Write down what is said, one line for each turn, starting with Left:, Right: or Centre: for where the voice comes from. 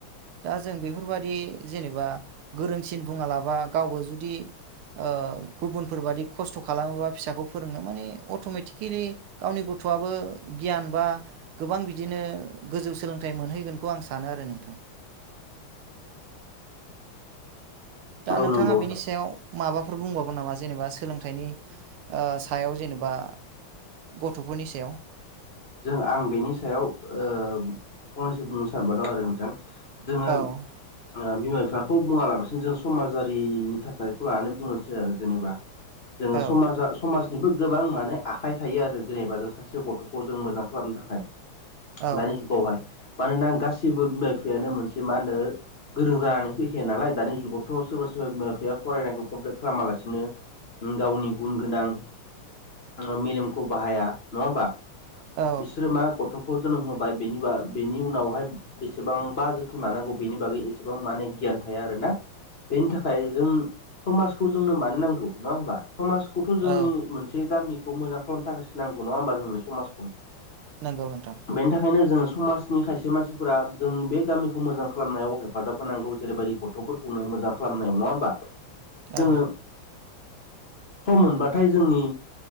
Right: दा जों बेफोरबादि जेनेबा गोरोंसिन बुङा लाबा गावबो जुदि ओ गुबुनफोरबादि खस्थ खालामोबा फिसाखौ फोरोंनो माने अटमेटिकेलि गावनि गथ थआबो गियान बा गोबां बिदिनो गोजौ सोलोंथाइ मोनहैगोनखौ आं सानो आरो नोंथां। दा
Left: औ
Right: नोंथाङा
Left: नंगौ
Right: बिनि सायाव माबाफोर बुंबावगोन नामा जेनेबा सोलोंथाइनि आ सायाव जेनेबा गथफोरनि सायाव
Left: जों आं बेनि सायाव ओ फंनैसो बुंनो सानबावदों आरो नोंथां जोङो
Right: औ
Left: ओ बिमा बिफाखौ बुङालाबासिनो जों समाज जारिनि थाखाय बेखौ लानानै बुंनोसै आरो जेनेबा जोङो
Right: औ
Left: समाजा समाज निबो गोबां माने आखाइ थायो आरो जेनेबा जों सासे गथखौ जों मोजां खालामनो थाखाय
Right: औ
Left: दानि जुगावहाय मानोना गासिबो बिमा बिफायानो मोनसे मा होनो गोरों जानानै फैखाया नालाय दानि जुगावथ सोरबा सोरबा बिमा बिफाया फरायनायखौ कमप्लेट खालामालासिनो गावनि गुन गोनां ओ मेलेमखौ बाहाया नङा होमबा?
Right: औ
Left: बिसोरो मा गथ खौ जोनोम होबाय बेनि बा बेनि उनावहाय बेसेबांबा जोथोन लानांगौ बेनि बागै एसेबां माने गि यान थाया आरोना बेनि थाखाय जों समाजखौ जोंनो मानो नांगौ नङा होमबा? समाजखौथ
Right: औ
Left: जोंनि मोनसे गामिखौ मोजां खालामनो थाखायसो नांगौ नङा होमबा जोंनो समाजखौ
Right: नंगौ नोंथां
Left: बेनि थाखायनो जों समाजनि खायसे मानसिफोरा जोंनि बे गामिखौ मोजां खालामनायाव हेफाजाब होनांगौ जेरैबायदि गथफोरखौनो मोजां खालामनायाव नङा होमबा जोङो
Right: औ
Left: सम मोनबाथाय जोंनि